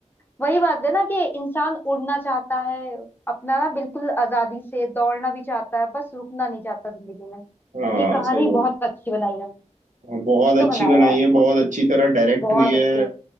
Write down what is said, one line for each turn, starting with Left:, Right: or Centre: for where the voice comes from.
Left: वही बात है ना कि इंसान उड़ना चाहता है अपना ना बिल्कुल आजादी से दौड़ना भी चाहता है बस रुकना नहीं चाहता जिंदगी में
Right: हाँ
Left: ये कहानी
Right: सही बोलो
Left: बहुत अच्छी बनाई इन्होंने
Right: हाँ, बहुत
Left: ये
Right: अच्छी
Left: तो बनाया
Right: बनाई
Left: है
Right: है बहुत अच्छी तरह डायरेक्ट
Left: बहुत
Right: हुई है
Left: अच्छे